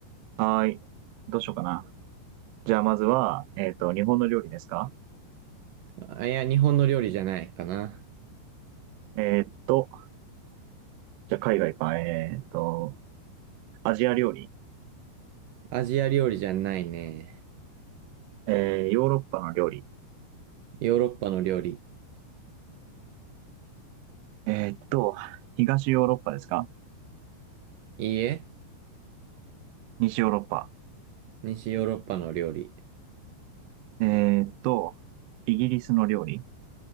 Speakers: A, on the right (about 85°); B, on the right (about 65°).
A: はーい。どうしようかな。じゃあ、まずは、えっと、日本の料理ですか
B: あ、いや、日本の料理じゃないかな。
A: えっと、じゃあ、海外か。えっと、アジア料理。
B: アジア料理じゃないね。
A: えー、ヨーロッパの料理。
B: ヨーロッパの料理。
A: えっと、東ヨーロッパですか
B: いいえ、
A: 西ヨーロッパ。
B: 西ヨーロッパの料理。
A: えっと、イギリスの料理。